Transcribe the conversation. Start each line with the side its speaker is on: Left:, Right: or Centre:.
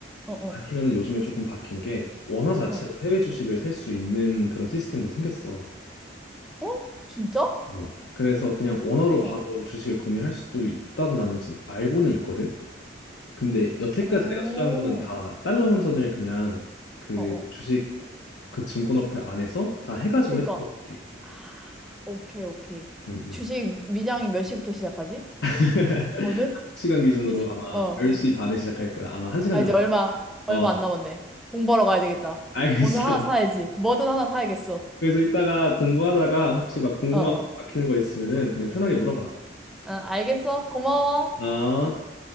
Centre: 어, 어.
Left: 아니면 요즘에 조금 바뀐 게 원화 자체로
Centre: 어.
Left: 해외 주식을 살 수 있는 그런 시스템도 생겼어.
Centre: 어? 진짜?
Left: 뭐, 그래서 그냥 원화로
Centre: 어.
Left: 바로 주식을 구매할 수도 있다고 나는 지금 알고는 있거든. 근데 여태까지
Centre: 어.
Left: 내가 투자한 거는 다 달러 환전을 그냥 그
Centre: 어, 어.
Left: 주식 그 증권 어플 안에서 다 해가지고
Centre: 그니까.
Left: 했던 것 같아.
Centre: 아, 오케이, 오케이.
Left: 음, 음.
Centre: 주식 미장이 몇 시부터 시작하지?
Left: <laughs>
Centre: 오늘?
Left: 시간 기준으로
Centre: 이제,
Left: 아마
Centre: 어.
Left: 10시 반에 시작할 거야. 아마 1시간
Centre: 아, 이제
Left: 남았
Centre: 얼마, 얼마
Left: 어,
Centre: 안 남았네. 공 벌어 가야 되겠다.
Left: 알겠어.
Centre: 오늘 하나 사야지. 뭐든 하나 사야겠어.
Left: <laughs> 그래서 이따가 공부하다가 혹시 막 궁금한
Centre: 어, 어.
Left: 거 막히는 거 있으면은 그냥 편하게 물어봐.
Centre: 어, 알겠어. 고마워.
Left: 어.